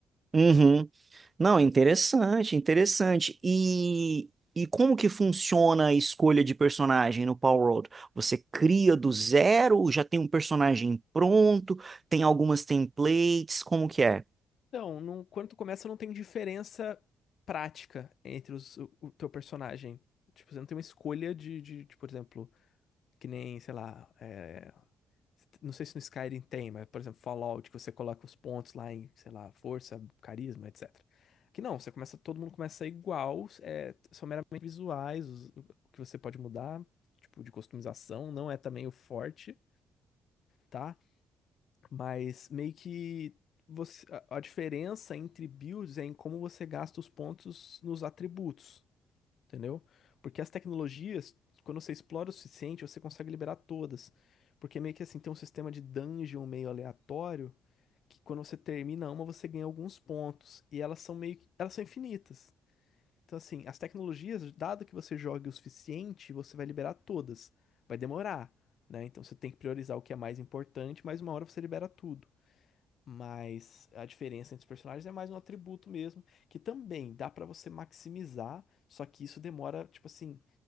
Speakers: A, on the right; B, on the left.
A: Uhum. Não, interessante, interessante. E, e como que funciona a escolha de personagem no Power World? Você cria do zero, já tem um personagem pronto, tem algumas templates, como que é?
B: Então, não, quando tu começa, não tem diferença prática entre os- o, o teu personagem. Tipo, você não tem uma escolha de, de, de, por exemplo, que nem, sei lá, é, Não sei se no Skyrim tem, mas, por exemplo, Fallout, que você coloca os pontos lá em, sei lá, força, carisma, etc. Que não, você começa, todo mundo começa a ser igual, é, são meramente visuais, os- o que você pode mudar, tipo, de customização, não é também o forte, tá? Mas meio que você, a, a diferença entre builds é em como você gasta os pontos nos atributos entendeu? Porque as tecnologias, quando você explora o suficiente, você consegue liberar todas. Porque meio que assim, tem um sistema de dungeon meio aleatório, que quando você termina uma, você ganha alguns pontos. E elas são meio que, elas são infinitas. Então assim, as tecnologias, dado que você jogue o suficiente, você vai liberar todas. Vai demorar, né? Então você tem que priorizar o que é mais importante, mas uma hora você libera tudo. Mas a diferença entre os personagens é mais um atributo mesmo, que também dá pra você maximizar, só que isso demora, tipo assim,